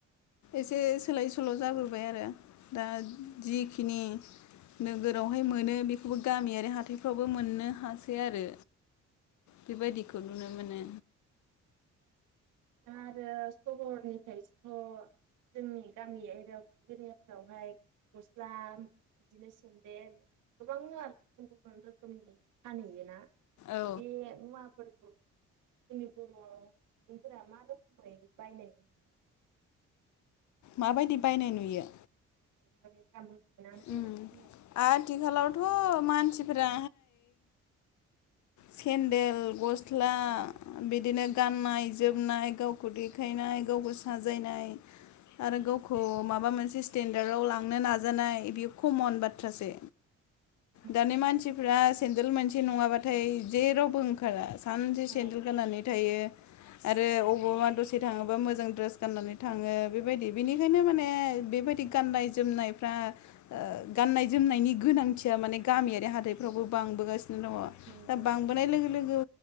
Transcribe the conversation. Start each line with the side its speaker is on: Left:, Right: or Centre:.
Left: एसे सोलाय सोल' जाबोबाय आरो दा जिखिनि नोगोरावहाय मोनो बेखौबो गामियारि हाथाइफ्रावबो मोननो हासै आरो बेबायदिखौ नुनो मोनो
Right: दा आरो सहरनिफ्रायथ' जोंनि गामिआरि एरियाफ्रावहाय गस्ला बिदिनो सेन्देल गोबां मुवा गुबुन गुबुन रोखोमनि फानहैयोना
Left: औ
Right: बे मुवाफोरखौ जोंनि बर' फोरा मा रोखोमै बायनाय मोन
Left: माबायदि बायनाय नुयो
Right: औ माने थामसानो ग
Left: उम
Right: न <unintelligible>
Left: आथिखालावथ' मानसिफोरा सेडेल बस सिख्ला
Right: औ
Left: बिदिनो गाननाय जोमनाय गावखौ देखायनाय गावखौ साजायनाय आरो गावखौ माबा मोनसे स्टेन्डार्डआव लांनो नाजानाय बेयो कमन बाथ्रासो
Right: नंगौ
Left: दानि मानसिफ्रा
Right: औ
Left: मोनसे नङाबा नाथाय जेरावबो ओंखारा सानसे
Right: औ
Left: सेन्देल गाननानै थायो आरो अोबावबा दसे थाङोबा मोजां ड्रेस गाननानै थाङो बेबायदि बेनिखायनो माने बेबायदि गाननाय जोमनायफ्रा गाननाय जोमनायनि गोनांथिया माने गामियारि हाथाइफ्रावबो बांबोगासिनो द
Right: नंगौ
Left: दा बांबोनाय
Right: औ
Left: लोगो लोगो